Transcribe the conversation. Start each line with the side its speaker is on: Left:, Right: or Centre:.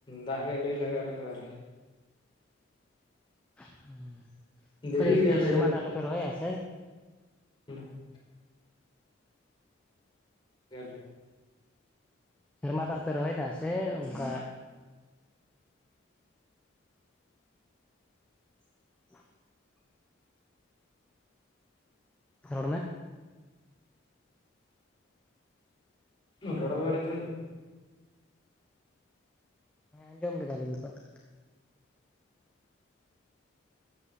Left: ᱫᱟᱜ ᱜᱮ ᱟᱹᱣᱨᱤ ᱞᱟᱜᱟᱜ <unintelligible>
Centre: ᱦᱩ ᱟᱯᱮ
Left: ᱫᱮᱨᱤ
Centre: ᱫᱚ
Left: ᱜᱮᱭᱟᱞᱮ
Centre: ᱪᱮᱫ ᱥᱮᱨᱢᱟ ᱫᱟᱜ ᱛᱮᱯᱮ ᱨᱚᱦᱚᱭᱟ ᱥᱮ
Left: <unintelligible> ᱜᱮᱭᱟᱞᱮ
Centre: ᱥᱮᱨᱢᱟ ᱫᱟᱜ ᱯᱮ ᱨᱚᱦᱚᱭ ᱫᱟ ᱥᱮ ᱚᱱᱠᱟ <unintelligible> ᱨᱚᱲ ᱢᱮ
Left: ᱨᱚᱲ ᱫᱚᱵᱮᱱ ᱟᱸᱡᱚᱢ ᱫᱟ
Centre: ᱦᱮᱸ ᱟᱸᱡᱚᱢ ᱠᱮᱫᱟᱞᱤᱧ ᱱᱤᱛᱚᱜ